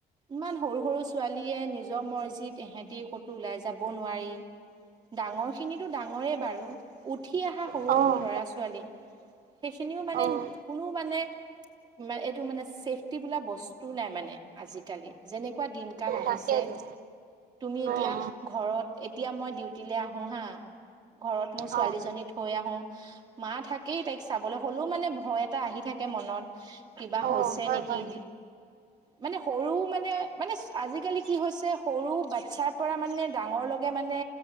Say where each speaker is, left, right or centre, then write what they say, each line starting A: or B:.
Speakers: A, on the right (about 25°); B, on the right (about 60°).
A: ইমান সৰু সৰু ছোৱালীয়ে নিজৰ মৰজিত- তেহেঁতি ক'তো ওলাই যাবও নোৱাৰি। ডাঙৰ খিনিতো ডাঙৰে বাৰু উঠি আহা সৰু
B: অ',
A: ল'ৰা ছোৱালী- সেইখিনিও মানে
B: অ',
A: কোনো মানে মানে এইটো মানে- ছেফটি বোলা বস্তু নাই মানে আজিকালি, যেনেকুৱা দিন কাল আহিছে।
B: তাকেইতো
A: তুমি এতিয়া
B: অ',
A: ঘৰত, এতিয়া মই ডিউটিলে আহো হাঁ- ঘৰত মোৰ ছোৱালীজনী
B: অ', অ'। অ',
A: থৈ আহোঁ। মাঁ থাকেই তাইক চাবলে হ'লো মানে ভয় এটা আহি থাকে মনত কিবা-
B: অ',
A: হৈছে
B: হয়,
A: নেকি।
B: হয়,
A: মানে সৰু মানে মানে আজিকালি কি হৈছে সৰু বাতচ্ছাৰ পৰা মানে ডাঙৰ লক- মানে